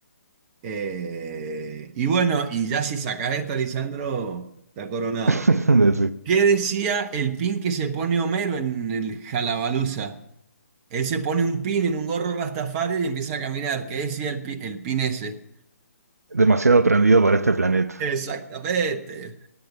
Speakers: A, on the right; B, on the right.
A: Eh, y bueno, y ya si sacás esta, Lisandro, está coronado.
B: <laughs> de- sí.
A: ¿Qué decía el pin que se pone Homero en el Jalabaluza? Él se pone un pin en un gorro Rastafari y empieza a caminar. ¿Qué decía el, pi- el pin ese?
B: demasiado aprendido para este planeta.
A: Exactamente.